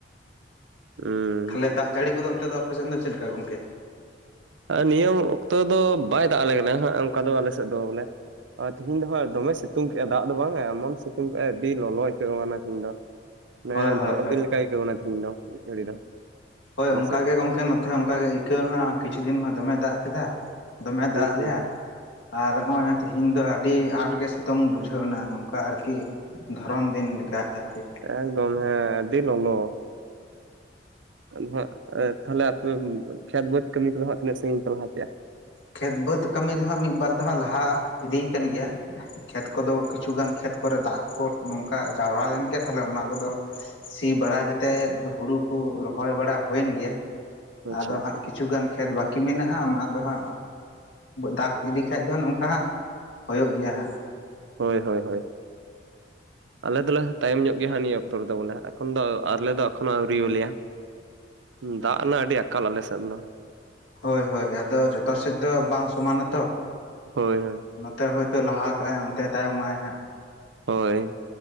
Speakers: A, on the right (about 85°); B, on the left (about 85°).
A: ᱩᱸ᱾
B: ᱛᱟᱦᱚᱞᱮ ᱫᱟᱜ ᱡᱟᱹᱲᱤᱫᱚ ᱚᱱᱛᱮ ᱫᱚ ᱟᱯᱮᱥᱮᱫ ᱫᱚ ᱪᱮᱫ ᱞᱮᱠᱟ ᱜᱚᱝᱠᱮ?
A: ᱟ ᱱᱤᱭᱟᱹ ᱚᱠᱛᱚ ᱫᱚ ᱵᱟᱭ ᱫᱟᱜ ᱟᱞᱮ ᱠᱟᱱᱟ ᱦᱟᱸᱜ ᱚᱱᱠᱟ ᱫᱚ ᱟᱞᱮ ᱥᱮᱫ ᱫᱚ ᱵᱚᱞᱮ᱾ ᱟ ᱛᱤᱦᱤᱧ ᱫᱚ ᱦᱟᱸᱜ ᱫᱚᱢᱮ ᱥᱤᱛᱩᱝ ᱠᱮᱫᱼᱟ ᱫᱟᱜ ᱫᱚ ᱵᱟᱝ ᱮᱢᱚᱱ ᱥᱤᱛᱩᱝ ᱠᱮᱜᱼᱟ ᱟᱹᱰᱤ ᱞᱚᱞᱚ ᱟᱹᱭᱠᱟᱹᱣ ᱠᱟᱱᱟ ᱛᱤᱦᱤᱧ ᱫᱚ᱾ ᱚᱱᱮ
B: ᱦᱳᱭ
A: ᱫᱷᱚᱨᱚᱢ
B: ᱦᱳᱭ ᱦᱳᱭ
A: ᱫᱤᱱ ᱞᱮᱠᱟᱭ ᱟᱹᱭᱠᱟᱹᱣ ᱮᱱᱟ ᱛᱤᱦᱤᱧ ᱫᱚ ᱢᱤᱫ ᱜᱷᱟᱹᱲᱤ ᱫᱚ᱾
B: ᱦᱳᱭ
A: ᱟᱞᱮ
B: ᱚᱱᱠᱟᱜ
A: ᱥᱮᱫ ᱫᱚ
B: ᱜᱮ ᱜᱚᱝᱠᱮ ᱱᱚᱛᱮ ᱦᱚᱸ ᱚᱱᱠᱟᱜ ᱜᱮ ᱟᱹᱭᱠᱟᱹᱣ ᱞᱮᱱᱟ ᱠᱤᱪᱷᱩ ᱫᱤᱱ ᱢᱟ ᱫᱚᱢᱮ ᱫᱟᱜ ᱠᱮᱫᱟ, ᱫᱚᱢᱮ
A: ᱦᱩᱸ
B: ᱫᱟᱜᱼᱟ
A: ᱦᱩᱸ
B: ᱞᱮᱭᱟ,
A: ᱦᱩᱸ
B: ᱟᱨ ᱱᱚᱜᱼᱚᱭ ᱛᱤᱦᱤᱧ ᱫᱚ ᱟᱹᱰᱤ ᱟᱸᱴ ᱜᱮ ᱥᱤᱛᱩᱝ ᱵᱩᱡᱷᱟᱹᱣ ᱱᱟ ᱱᱚᱝᱠᱟ ᱟᱨᱠᱤ᱾ ᱫᱷᱚᱨᱚᱱ ᱫᱤᱱ ᱞᱮᱠᱟ ᱟᱨᱠᱤ᱾
A: ᱮᱠᱫᱚᱢ ᱦᱮᱸ ᱟᱹᱰᱤ ᱞᱚᱞᱚ᱾ ᱟᱫᱚ ᱦᱟᱸᱜ ᱛᱟᱦᱚᱞᱮ ᱟᱯᱮ ᱠᱷᱮᱛ ᱵᱟᱹᱫᱽ ᱠᱟᱹᱢᱤ ᱠᱚᱫᱚ ᱦᱟᱸᱜ ᱛᱤᱱᱟᱹᱜ ᱥᱟᱹᱜᱤᱧ ᱯᱮ ᱞᱟᱦᱟ ᱠᱮᱜᱼᱟ?
B: ᱠᱷᱮᱛ ᱵᱟᱹᱫᱽ ᱠᱟᱹᱢᱤ ᱫᱚ ᱦᱟᱸᱜ ᱢᱤᱫ ᱵᱟᱨ ᱫᱚ ᱦᱟᱸᱜ ᱞᱟᱦᱟ ᱤᱫᱤᱭ ᱠᱟᱱ ᱜᱮᱭᱟ᱾ ᱠᱷᱮᱛ ᱠᱚᱫᱚ ᱠᱤᱪᱷᱩᱜᱟᱱ ᱠᱷᱮᱛ ᱠᱚᱨᱮ ᱫᱟᱜ ᱠᱚ ᱱᱚᱝᱠᱟ ᱡᱟᱣᱨᱟ ᱞᱮᱱᱜᱮ ᱛᱟᱦᱚᱞᱮ ᱚᱱᱟ ᱠᱚᱫᱚ ᱥᱤ ᱵᱟᱲᱟ ᱠᱟᱛᱮᱫ ᱦᱩᱲᱩ ᱠᱩ ᱨᱚᱦᱚᱭ ᱵᱟᱲᱟ ᱦᱩᱭᱮᱱ ᱜᱮᱭᱟ,
A: ᱟᱪᱪᱷᱟ
B: ᱟᱫᱚ
A: ᱟᱪᱪᱷᱟ
B: ᱦᱟᱸᱜ ᱠᱤᱪᱷᱩᱩᱜᱟᱱ ᱠᱷᱮᱛ ᱵᱟᱹᱠᱤ ᱢᱮᱱᱟᱜᱼᱟ ᱚᱱᱟ ᱫᱚ ᱦᱟᱸᱜ ᱫᱟᱜᱽ ᱤᱫᱤ ᱠᱷᱟᱡ ᱫᱚ ᱱᱚᱝᱠᱟ ᱦᱟᱸᱜ ᱦᱭᱳ ᱜᱮᱭᱟ ᱦᱟᱸᱜ ᱾
A: ᱦᱳᱭ ᱦᱳᱭ ᱦᱳᱭ ᱾ ᱟᱞᱮ ᱫᱚᱞᱮ ᱛᱟᱭᱚᱢ ᱧᱚᱜ ᱜᱮᱭᱟᱜ ᱱᱤᱭᱟᱹ ᱚᱠᱛᱚ ᱨᱮᱫᱚ ᱵᱚᱞᱮ ᱮᱠᱷᱚᱱ ᱫᱚ ᱟᱞᱮ ᱫᱚ ᱮᱠᱷᱚᱱᱚ ᱟᱹᱣᱨᱤ ᱟᱞᱮᱭᱟ ᱾ ᱫᱟᱜ ᱨᱮᱱᱟᱜ ᱟᱹᱰᱤ ᱟᱠᱟᱞ ᱟᱞᱮᱥᱮᱫ ᱫᱚ ᱾
B: ᱦᱳᱭ ᱦᱳᱭ ᱟᱫᱚ ᱡᱚᱴᱟ ᱥᱮᱫ ᱫᱚ ᱵᱟᱝ ᱥᱚᱢᱟᱱᱟᱛᱚ,
A: ᱦᱳᱭ ᱦᱳᱭ
B: ᱱᱚᱛᱮ ᱦᱳᱭᱛᱳ ᱞᱟᱦᱟ ᱠᱟᱜᱼ ᱟᱭ ᱚᱱᱛᱮ ᱛᱟᱭᱚᱢᱚᱜᱼ ᱟᱭ ᱦᱟᱸᱜ ᱾
A: ᱦᱳᱭ ᱾